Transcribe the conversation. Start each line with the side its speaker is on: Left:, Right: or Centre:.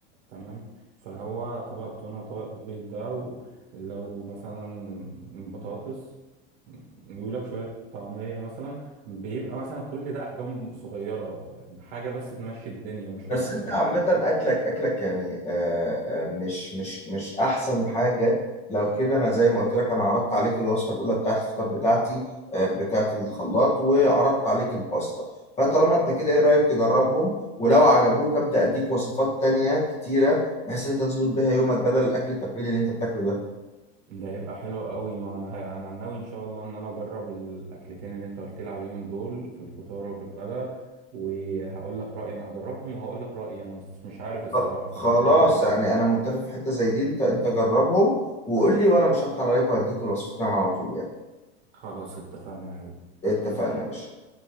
Right: تمام فهو طبق التونة وطبق البيض ده ولو مثلا بطاطس ولو شوية طعمية مثلا بيبقى مثلا كل ده أحجام صغيرة حاجة بس تمشي الدنيا مش أكتر
Left: بس انت
Right: فاهم
Left: عامة اكلك اكلك يعني آه، آه، مش مش مش احسن حاجة لو كده انا زي ما قلت لك انا عرضت عليك الوصفة الاولى بتاعت الفطار بتاعتي آه، بتاعت الخلاط وعرضت عليك الباستا فطالما انت كده ايه رأيك تجربهم ولو عجبوك ابدأ اديك وصفات تانية كتيرة بحيث ان انت تظبط بيها يومك بدل الاكل التقليدي اللي انت بتاكله ده
Right: ده يبقى حلو قوي ما أنا أنا ناوي إن شاء الله إن أنا أجرب الأكلتين اللي أنت قلت لي عليهم دول في الفطار وفي الغداء وهقول لك رأيي أنا هجربهم وهقول لك رأيي أنا مش مش عارف الصراحة
Left: خ-
Right: فأنا
Left: خلاص
Right: هجربهم
Left: يعني انا متفق في حتة زي دي انت انت جربهم وقول لي وانا مش هبخل عليك وهديك الوصفتين على طول يعني
Right: خلاص اتفقنا يا حبيبي
Left: اتفقنا يا باشا